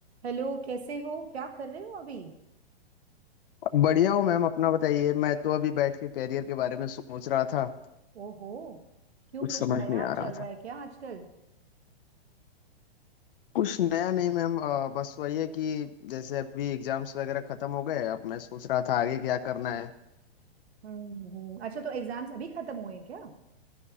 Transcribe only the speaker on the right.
Hello कैसे हो क्या कर रहे हो अभी
ओहो क्यों
कुछ
नया
चल
रहा
है क्या आजकल
हम्म हम्म अच्छा तो एग्जाम्स अभी खत्म हुए हैं क्या